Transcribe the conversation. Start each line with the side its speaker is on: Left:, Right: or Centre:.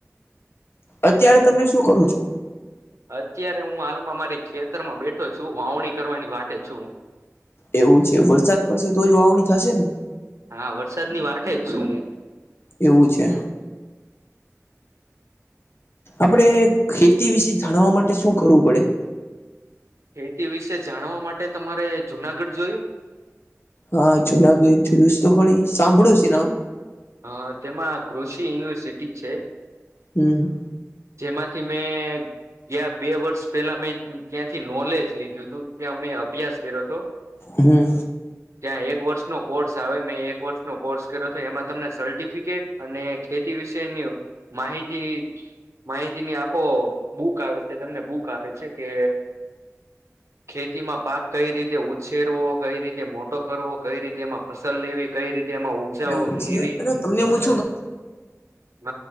Left: અત્યારે તમે શું કરો છો?
Right: અત્યારે હું હાલમાં મારી ખેતરમાં બેઠો છું વાવણી કરવાની વાટે છું હું.
Left: એવું છે, વરસાદ પડશે તો જ વાવણી થશે ને.
Right: હા વરસાદ ની વાટે જ છું હું.
Left: એવું છે. આપડે ખેતી વિશે જાણવા માટે શું કરવું પડે?
Right: ખેતી વિશે જાણવા માટે તમારે જુનાગઢ જોયું.
Left: હા ચુના <unintelligible> ખણી સાંભળ્યું છે નામ.
Right: હ તેમાં કૃષિ યુનિવર્સિટી છે.
Left: હમ્મ.
Right: જેમાંથી મેં ત્યાં બે વર્ષ પેલા મેં ત્યાંથી નોલેજ લીધું હતું ત્યાં અમે અભ્યાસ કર્યોતો.
Left: હમ્મ.
Right: ત્યાં એક વર્ષ નો કોર્સ આવે મેં એક વર્ષ નો કોર્સ એમાં તમને સર્ટિફિકેટ અને ખેતી વિષયની માહિતી <unintelligible> આખો બુક આવે છે, તમને બુક આપે છે કે ખેતીમાં પાક કઈ રીતે ઉછેરવો કઈ રીતે મોટો કરવો કઈ રીતે એમાં ફસલ લેવી કઈ રી તેમાં ઉપજાઓ
Left: એવું છે
Right: લેવી
Left: અને તમને હું
Right: ન